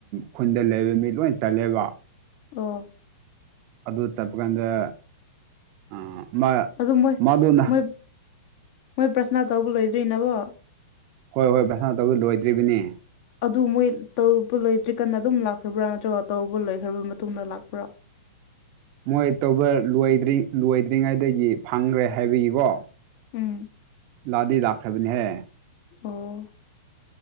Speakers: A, on the right; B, on the left.
A: ꯈꯨꯟꯗ ꯂꯩꯕ ꯃꯤ ꯂꯣꯏ ꯇꯜꯂꯦꯕ
B: ꯑꯣ
A: ꯑꯗꯨ ꯇꯞꯄ ꯀꯥꯟꯗ ꯑꯥ ꯃꯥ
B: ꯑꯗꯨ ꯃꯣꯏ
A: ꯃꯥꯗꯨꯅ
B: ꯃꯣꯏ ꯃꯣꯏ ꯄ꯭ꯔꯁꯅꯥ ꯇꯧꯕ ꯂꯣꯏꯗ꯭ꯔꯤꯅꯦꯕꯣ
A: ꯍꯣꯏ ꯍꯣꯏ ꯕꯩꯁꯥꯅ ꯇꯧꯗ ꯂꯣꯏꯗ꯭ꯔꯤꯕꯅꯤ
B: ꯑꯗꯨ ꯃꯣꯏ ꯇꯧꯕ ꯂꯣꯏ ꯇ꯭ꯔꯤꯛꯀꯟ ꯑꯗꯨꯝ ꯂꯥꯛꯈ꯭ꯔꯕ꯭ꯔꯥ ꯅꯠꯇ꯭ꯔꯒ ꯇꯧꯕ ꯂꯣꯏꯈ꯭ꯔꯕ ꯃꯇꯨꯡꯗ ꯂꯥꯛꯄ꯭ꯔꯥ
A: ꯃꯣꯏ ꯇꯧꯕ ꯂ ꯂꯣꯏꯗ꯭ꯔꯤꯉꯩꯗꯒꯤ ꯐꯪꯈ꯭ꯔꯦ ꯍꯥꯏꯕꯒꯤꯀꯣ
B: ꯎꯝ
A: ꯂꯥꯛꯑꯗꯤ ꯂꯥꯛꯈ꯭ꯔꯕꯅꯤꯍꯦ
B: ꯑ‌ꯣ